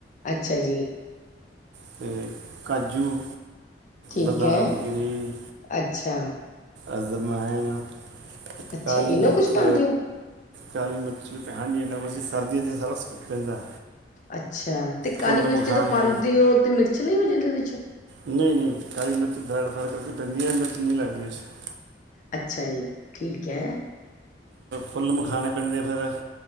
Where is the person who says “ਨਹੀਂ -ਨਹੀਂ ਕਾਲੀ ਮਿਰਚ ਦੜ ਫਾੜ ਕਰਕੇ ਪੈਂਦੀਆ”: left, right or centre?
Right